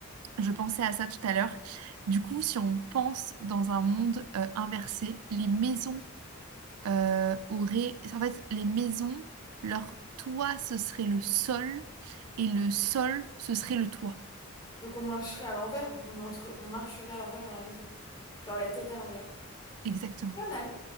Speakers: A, on the right; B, on the left.
A: Je pensais à ça tout à l'heure. Du coup, si on pense dans un monde euh, inversé, les maisons euh, auraient... En fait, les maisons, leur toit, ce serait le sol, et le sol, ce serait le toit.
B: Donc on marcherait à l'envers, on entre, on marcherait à l'envers dans la maison. Genre la tête à l'envers.
A: Exactement.
B: Pas mal.